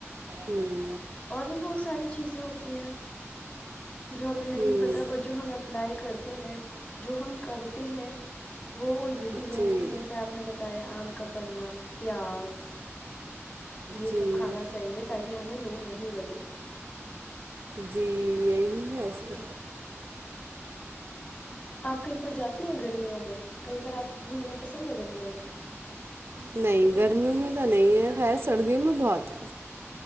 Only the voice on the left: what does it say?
اور بھی بہت ساری چیزیں ہوتی ہیں جو ہمیں نہیں
پتا بٹ جو ہم اپلائی کرتے ہیں جو ہم کرتے ہیں وہ یہی
ہے کہ جیسے آپ نے بتایا آم مک کا پنا پیاز یہ
سب کھانا چاہیے تاکہ ہمیں لو نہیں ہی لگے
آپ کہیں پر جاتی ہیں گرمیوں میں کہیں پر آپ گھومنا پسند ہے گرمیوں میں